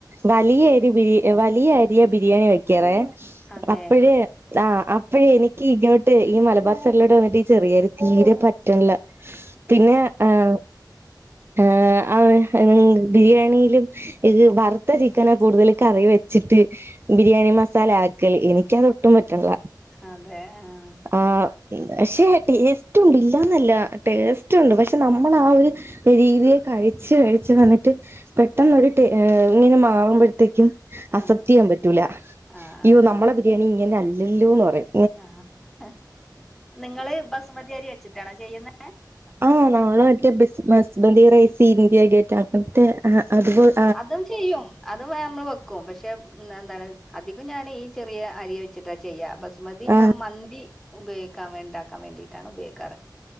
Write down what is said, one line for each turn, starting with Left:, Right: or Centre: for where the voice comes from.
Right: വലിയരി ബിരി വലിയ അരിയ ബിരിയാണി വെക്കറെ
Centre: അതെ
Right: അപ്പഴ് ആഹ് അപ്പഴ് എനിക്കി ഇങ്ങോട്ട് ഈ മലബാർ സഡിലോട്ട് വന്നിട്ട് ഈ ചെറിഅരി തീരെ പറ്റണ്ല്ല പിന്നെ ആഹ് ഏഹ് അവ <unintelligible> ബിരിയാണിലും ഇത് വറുത്ത ചിക്കനാകൂടുതൽ കറി വെച്ചിട്ട് ബിരിയാണി മസാല ആക്കല് എനിക്ക് അത് ഒട്ടും പറ്റ്ണ്ല്ല
Centre: അതെ ആഹ്
Right: ആഹ് ഇണ്ട് പക്ഷേ ടേസ്റ്റ് ഉണ്ട് ഇല്ലന്നല്ല ടേസ്റ്റ് ഉണ്ട് പക്ഷെ നമ്മളാ ഒരു രീതിയി കഴിച്ചു കഴി ച്ച് വന്നിട്ട് പെട്ടെന്ന് ഒരു ടെ ഏഹ് ഇങ്ങനെ മാറുമ്പഴത്തേക്കും
Centre: ആഹ്
Right: അസെപ്റ്റ് ചെയ്യാൻ പ റ്റൂല
Centre: ആഹ്
Right: ഇയ്യോ നമ്മളെ ബിരിയാണി ഇങ്ങനെ അല്ലല്ലോന്ന് പറയും
Centre: ആഹ് അഹ് നിങ്ങള് ബസുമതി അരി വെച്ചിട്ടാണോ ചെയ്യുന്നെ
Right: ആഹ് നാമ്മൾ മറ്റേ ബേസ് ബസ്മതി റൈസ്‌ ഇന്ത്യ ഗേ റ്റാകത്തെ അഹ അതുപോല്
Centre: അതും ചെയ്യും അതു വെ നമ്മൾ വെക്കും പക്ഷെ എന്താണ് അധികം ഞാൻ ഈ ചെറിയ അരി വെച്ചിട്ടാ ചെയ്യാ ബസ് മതി
Right: ആഹ്
Centre: ഞാൻ മന്തി ഉപയോക്കാ ഉണ്ടാക്കാൻ വേണ്ടിയിട്ടാണ് ഉപയോഗിക്കാറ്